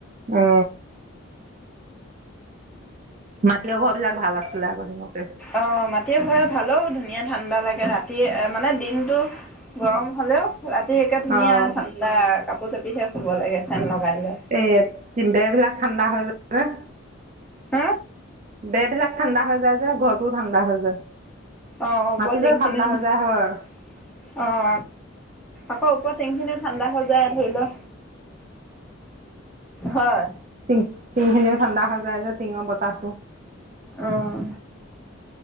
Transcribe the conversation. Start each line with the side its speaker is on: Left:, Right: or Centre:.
Right: অ মাটি ঘৰ বিলাক ভাল আছিলে আগৰ দিনতে
Centre: অ মাটিয়ে ঘৰো ভালে অ' ধুনীয়া ঠাণ্ডা লাগে ৰাতিয়ে মানে দিনটো গৰম হলেও ৰাতি একে ধুনীয়া
Right: অ'
Centre: ঠাণ্ডা কাপোৰ জাপিহে শুব লাগে ফেন লগাই লৈ
Right: এ তিন বেৰবিলাক ঠাণ্ডা হৈ যায় যে।
Centre: হ?
Right: বেৰবিলাক ঠাণ্ডা হৈ যায় যে, ঘৰটোও ঠাণ্ডা হৈ যায়।
Centre: অ অ ওপৰৰ
Right: মাটিটো
Centre: টিংখিনিও
Right: ঠাণ্ডা
Centre: অহ।
Right: হৈ যায় হয়।
Centre: আকৌ ওপৰৰ টিংখিনিও ঠাণ্ডা হৈ যায় ধৰি ল‌। হয়।
Right: তি টিংখিনি ঠাণ্ডা হৈ যায় যে টিঙৰ বতাহতো।
Centre: উম।